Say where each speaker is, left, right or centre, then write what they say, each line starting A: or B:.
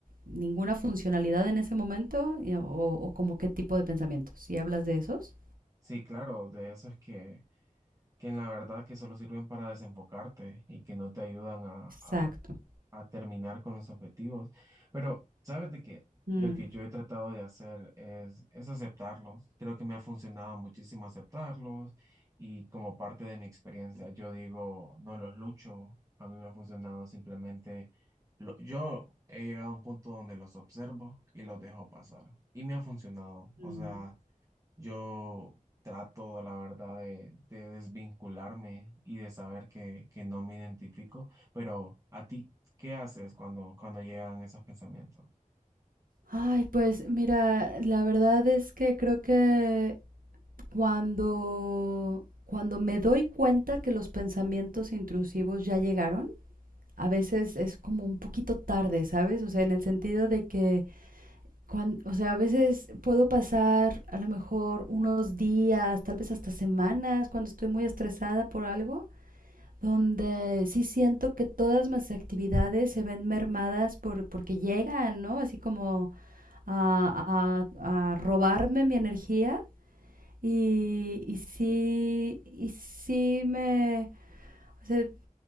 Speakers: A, on the right; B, on the right.
A: ninguna funcionalidad en ese momento y- o, o como qué tipo de pensamientos. ¿Y hablas de esos?
B: sí, claro, de eso es que, que en la verdad que solo sirven para desenfocarte y que no te ayudan a,
A: Exacto.
B: a a terminar con los objetivos. Pero sabes de que
A: Mm.
B: lo que yo he tratado de hacer es, es aceptarlos. Creo que me ha funcionado muchísimo aceptarlos y como parte de mi experiencia, yo digo, no los lucho. A mí me ha funcionado simplemente, lo- yo he llegado a un punto donde los observo y los dejo pasar. Y me ha funcionado. O
A: Mm.
B: sea... Yo trato, la verdad, de, de desvincularme y de saber que, que no me identifico, pero a ti, ¿qué haces cuando, cuando llegan esos pensamientos?
A: Ay, pues mira, la verdad es que creo que Cuando, cuando me doy cuenta que los pensamientos intrusivos ya llegaron, a veces es como un poquito tarde, ¿sabes? O sea, en el sentido de que, cuan- o sea, a veces puedo pasar a lo mejor unos días, tal vez hasta semanas, cuando estoy muy estresada por algo, donde sí siento que todas mis actividades se ven mermadas por, porque llegan, ¿no? Así como a, a- a robarme mi energía y, y sí, y sí me... o sea,